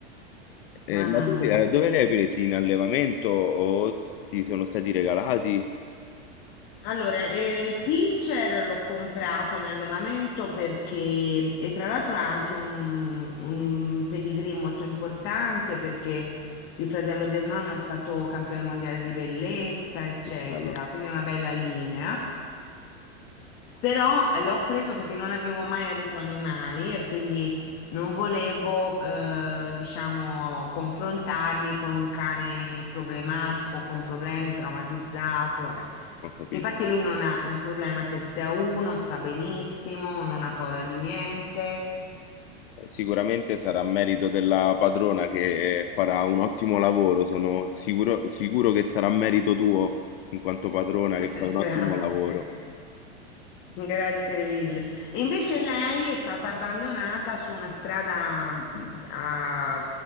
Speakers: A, on the left; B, on the left.
A: Eh,
B: Mamma
A: ma tu
B: mia.
A: li hai- dove li hai presi? In allevamento o ti sono stati regalati?
B: Allora, eh, il pincher l'ho comprato in allevamento perché, e tra l'altro ha anche un, un im- pedigree molto importante perché il fratello del nonno è stato campione mondiale di bellezza, eccetera,
A: Che Bello,
B: quindi è una bella linea. Però eh, l'ho preso perché non avevo mai avuto animali e quindi non volevo, eh, diciamo, confrontarmi con un cane problematico, con problemi, traumatizzato. eh.
A: ho capito.
B: Infatti lui non ha un problema che se ha uno sta benissimo, non ha paura di niente.
A: Sicuramente sarà merito della padrona che farà un ottimo lavoro, sono sicuro, sicuro che sarà merito tuo in quanto padrona
B: <laughs>
A: che fai un
B: Grazie.
A: ottimo lavoro.
B: Grazie mille. E Invece lei è stata abbandonata su una strada mh, a